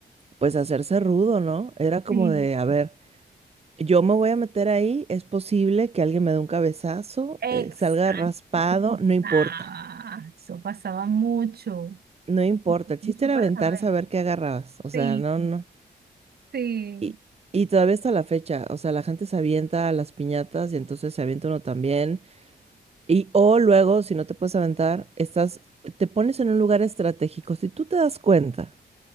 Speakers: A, on the right; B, on the right.
A: pues hacerse rudo, ¿no? Era como
B: Sí,
A: de, a ver, yo me voy a meter ahí, es posible que alguien me dé un cabezazo,
B: Exacto,
A: eh, salga raspado,
B: eso pasaba,
A: no importa,
B: eso pasaba mucho,
A: no importa. El
B: mucho
A: chiste era
B: pasaba.
A: aventarse
B: eso.
A: a ver qué agarrabas, o
B: Sí,
A: sea, no, no.
B: sí,
A: Y, y todavía está la fecha, o sea, la gente se avienta a las piñatas y entonces se avienta uno también. Y o luego, si no te puedes aventar, estás, te pones en un lugar estratégico. Si tú te das cuenta